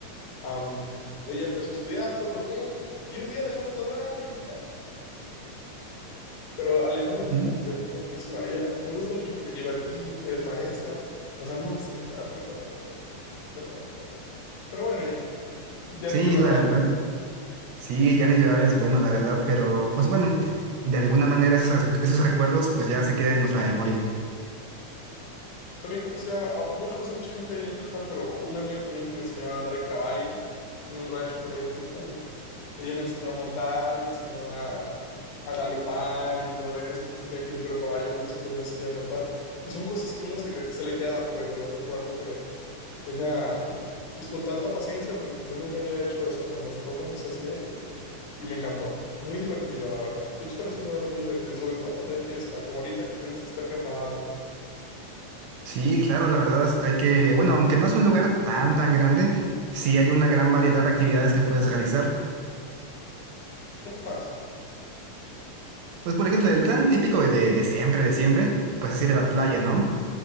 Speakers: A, on the left; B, on the right.
A: am, ella empezó a estudiar, todo bien, y un día dejamos de hablar y ya. Pero Alejandra
B: Ujú.
A: como es guapísima, ella me gusta mucho porque iba al gym, es maestra, o sea, no sé, era perfecta para mí, de verdad, era perfecta. Pero bueno, ya, ya
B: Sí,
A: ni llorar
B: la
A: vale.
B: verdad. Sí, ya ni llorar es bueno, la verdad, pero pues bueno, de alguna manera esos, res- esos recuerdos pues ya se quedan en nuestra memoria.
A: También conocía, a, vos conocí a mucha gente ahí en Tuxpan, pero una amiga también que me enseñó a andar en caballo, en un rancho por ahí en Tuxpan, y Ella me enseñó a montar, me enseñó a, a galopar y todo eso, cómo se tiene que limpiar un caballo, cómo se pone una silla de montar. Y son cosas que uno se, que se le quedan, pues yo recuerdo que ella, pues con tanta paciencia, porque pues yo nunca había hecho eso, me mostró cómo se hacía y, y me encantó. Muy divertido, la verdad. Tuxpan es un lugar muy divertido, sobre todo cuando hay fiesta, como ahorita que tú dices que está el carnaval, ¿no?
B: Sí, claro, la verdad es- hay que, bueno, aunque no es un lugar tan, tan grande, sí hay una gran variedad de actividades que puedes realizar.
A: ¿O qué más?
B: Pues, por ejemplo, el plan típico de, de siempre, de siempre, pues es ir a la playa, ¿no?